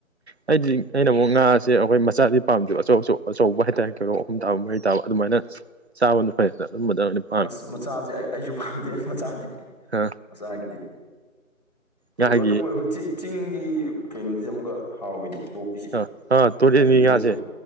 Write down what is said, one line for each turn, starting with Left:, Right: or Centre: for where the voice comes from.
Right: ꯑꯩꯗꯤ ꯑꯩꯅ ꯑꯃꯨꯛ ꯉꯥꯁꯤ ꯁꯦ ꯑꯩꯈꯣꯏ ꯃꯆꯥꯗꯤ ꯄꯥꯝꯗꯦꯕ ꯑꯆꯧ ꯑꯆꯧ ꯑꯆꯧꯕ ꯍꯥꯏꯇꯥꯔꯦ ꯀꯤꯂꫭ ꯑꯍꯨꯝ ꯇꯥꯕ ꯃꯔꯤ ꯇꯥꯕ ꯑꯗꯨꯃꯥꯏꯅ ꯆꯥꯕꯅ ꯐꯩ ꯑꯗꯨꯝꯕꯗ ꯑꫭꯏꯅ
Left: ꯑꯁ ꯃꯆꯥꯗꯤ ꯑꯩ ꯑꯩꯁꯨ ꯄꯥꯝꯗꯦ ꯃꯆꯥꯗꯤ
Right: ꯑ
Left: ꯃꯆꯥꯒꯤꯗꯤ ꯍꯣꯏ
Right: ꯉꯥꯒꯤ
Left: ꯑꯗꯨꯕꯨ ꯍꯧ ꯆꯤꯡꯒꯤ ꯀꯩꯅꯣꯗꯤ ꯑꯃꯨꯛꯀ ꯍꯥꯎꯋꯤꯅꯦ ꯂꯣꯛ ꯏꯁꯦ
Right: ꯑ ꯑꯥ ꯇꯨꯔꯦꯟꯒꯤ
Left: ꯍꯥꯏꯗꯤ ꯂꯣꯛꯇꯣ
Right: ꯉꯥꯁꯦ